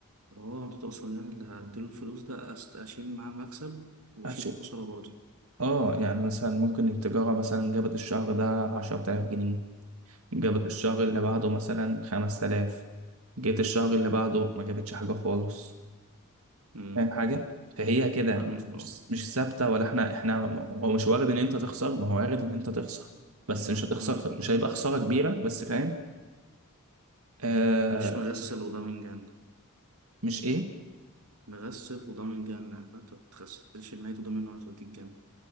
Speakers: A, on the right (about 85°); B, on the right (about 70°).
A: طب هو انت تقصد يعني اللي هديله الفلوس ده أست- اشيل معاه المكسب واشيل
B: عشان
A: الخساره برضه
B: اه يعني مثلا ممكن التجارة مثلا جابت الشهر ده عشرة آلاف جنيه جابت
A: اه
B: الشهر اللي بعده مثلا خمس تلاف جيت الشهر اللي بعده ما جابتش حاجة خالص
A: مم.
B: فاهم حاجة؟ فهي كده
A: فاهمك اه
B: مش مش ثابتة ولا احنا احنا هو مش وارد ان انت تخسر ما هو وارد ان انت تخسر بس
A: أنا
B: مش هتخسر
A: فاهم
B: مش هيبقى خسارة كبيرة بس فاهم؟ آه
A: مش مغسل وده من جنة
B: مش ايه؟
A: مغسل وده من جنة فأنت ما بتغسلش الميت وده منه هتوديك جنة